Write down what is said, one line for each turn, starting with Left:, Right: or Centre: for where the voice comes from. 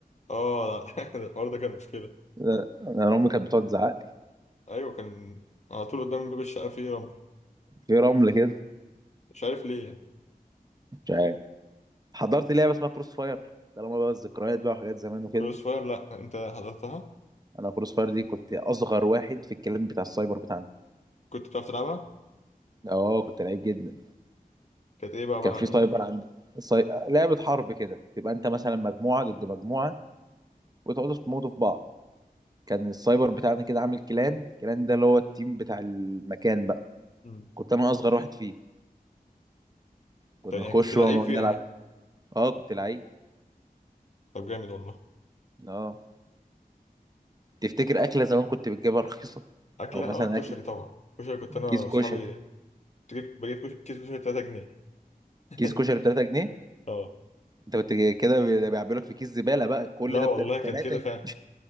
Left: اه <laughs> الحوار ده كان مشكلة
Right: <laughs> انا امي كانت بتقعد تزعق لي
Left: أيوة كان على طول قدام باب الشقة فيه رمل
Right: في رمل كده
Left: مش عارف ليه يعني
Right: مش عارف حضرت لعبه اسمها كروس فاير طالما بقى الذكريات بقى وحاجات زمان وكده
Left: كروس فاير لأ أنت حضرتها
Right: انا كروس فاير دي كنت اصغر واحد في الكلان بتاع السايبر بتاعنا
Left: كنت بتعرف تلعبها
Right: اه كنت لعيب جدا
Left: كانت إيه بقى عبارة
Right: كان في
Left: عن إيه؟
Right: سايبر عند ساي... لعبه حرب كده تبقى انت مثلا مجموعه ضد مجموعه وتقعدوا تموتوا في بعض كان السايبر بتاعنا كده عامل كلان الكلان ده اللي هو التيم بتاع المكان بقى
Left: مم.
Right: كنت انا اصغر واحد فيه كنا
Left: طيب
Right: نخش
Left: يعني كنت لعيب
Right: بقى ونقعد
Left: فيها
Right: نلعب
Left: يعني
Right: اه كنت لعيب
Left: طب جامد والله
Right: اه تفتكر اكله زمان كنت بتجيبها رخيصه
Left: أكلة
Right: او مثلا
Left: اه كشري
Right: اكل
Left: طبعا كشري كنت أنا
Right: كيس
Left: وأصحابي
Right: كشري
Left: بجيب بجيب كيس كشري 3 جنيه <laughs>
Right: كيس كشري ب 3 جنيه
Left: اه
Right: انت كنت كده بي- بيعبي لك في كيس زباله بقى كل
Left: لا
Right: ده
Left: والله
Right: بت-
Left: كان
Right: 3
Left: كده
Right: جنيه
Left: فعلا